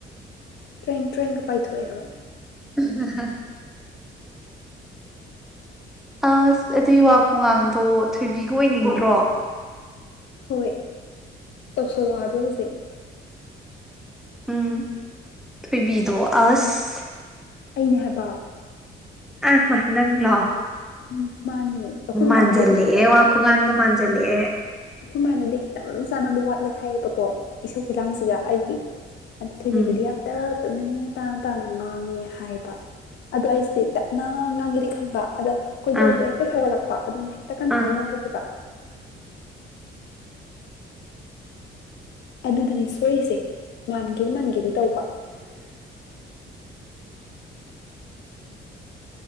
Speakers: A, on the left; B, in the centre.
A: ꯇ꯭ꯔꯦꯡ ꯇ꯭ꯔꯦꯡꯒ ꯄꯥꯏꯊꯣꯛꯑꯦꯕ
B: <unintelligible> ꯑꯁ ꯑꯗꯨꯏ ꯋꯥ ꯈꯨꯡꯉꯥꯡꯗꯣ ꯊꯣꯏꯕꯤꯒ ꯑꯣꯏꯅꯤꯡꯗꯔꯣ
A: ꯍꯣꯏ ꯇꯧꯁꯜꯂꯣ ꯍꯥꯏꯕ꯭ꯔꯣ ꯍꯧꯖꯤꯛ
B: ꯎꯝ ꯊꯣꯏꯕꯤꯗꯣ ꯑꯁ
A: ꯑꯩꯅꯦ ꯍꯥꯏꯕ
B: ꯑꯥ ꯃꯥ ꯅꯪꯂꯣ
A: ꯎꯝ ꯃꯥꯅꯦ ꯑꯩꯈꯣꯏ
B: ꯃꯥꯟꯖꯜꯂꯦꯑꯦ
A: ꯃꯥꯅꯕꯨꯗꯤ ꯈꯤꯇꯪ
B: ꯋꯥ ꯈꯨꯉꯥꯡꯗꯣ ꯃꯟꯖꯤꯜ ꯖꯜꯂꯛꯑꯦ
A: ꯑꯈꯣꯏꯃꯥꯟꯅꯗꯤ ꯈꯤꯇꯪ ꯆꯥꯟꯅꯕ ꯋꯥꯠꯂꯦ ꯍꯥꯏꯌꯦꯕꯀꯣ ꯏꯁꯧ ꯈꯨꯂꯥꯡꯁꯤꯒ ꯑꯩꯒꯤ ꯑꯗꯨ ꯊꯣꯏꯕꯤꯗꯨꯗꯤ
B: ꯎꯝ
A: ꯌꯥꯝ ꯇꯞ ꯇꯞꯅ ꯅꯦ ꯇꯥꯅ ꯇꯥꯅ ꯉꯥꯡꯉꯦ ꯍꯥꯏꯕ ꯑꯗꯣ ꯑꯩꯁꯦ ꯇꯞꯅ ꯉꯥꯡꯒꯦꯗꯤ ꯈꯟꯕ ꯑꯗꯥ ꯀꯣꯏꯗꯧꯁꯦ
B: ꯑꯥ
A: ꯍꯦꯛꯇ ꯁꯧꯒꯠꯂꯛꯄ ꯑꯗꯨꯅ ꯍꯦꯛꯇꯥ ꯀꯟ
B: ꯑꯥ
A: ꯀꯟ ꯉꯥꯡꯊꯣꯛꯄꯤꯕ ꯑꯗꯨꯗꯅꯦ ꯁꯣꯏꯔꯤꯁꯦ ꯃꯥꯟꯒꯦ ꯃꯥꯟꯒꯦꯗꯤ ꯇꯧꯕ